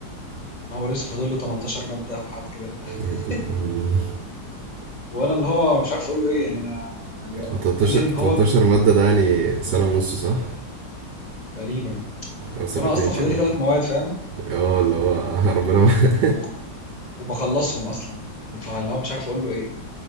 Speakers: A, on the left; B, on the right.
A: ان هو لسه فاضل له 18 مادة وحاجات كده
B: يا دين
A: <laughs>
B: امي
A: وانا اللي هو مش عارف اقول له ايه يعني انا يعني
B: هو 18
A: قال لي ان هو
B: 18 مادة ده يعني سنة ونص صح؟
A: تقريبا
B: أو سنتين
A: وانا اصلا
B: كمان
A: فاضل لي ثلاث مواد فاهم
B: اه اللي هو <laughs> ربنا معاك.
A: و- وبخلصهم اصلا فاللي هو مش عارف اقول له ايه